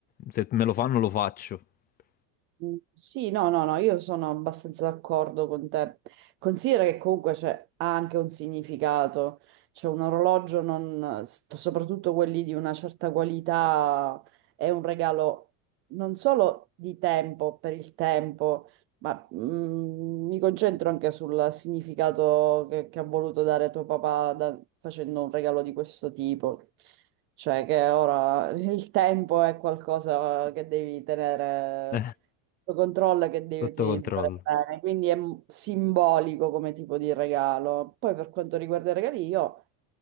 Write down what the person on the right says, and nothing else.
Mm, Sì, no, no, no, io sono abbastanza d'accordo con te. Considera che comunque c'è, ha anche un significato. C'è un orologio, non- s- soprattutto quelli di una certa qualità, è un regalo non solo di tempo, per il tempo, ma mm, mi concentro anche sul significato che, che ha voluto dare tuo papà da- facendo un regalo di questo tipo. Cioè che ora il tempo è qualcosa che devi tenere
sotto controllo e che devi
utilizzare
bene, quindi è m- simbolico come tipo di regalo. Poi per quanto riguarda i regali, io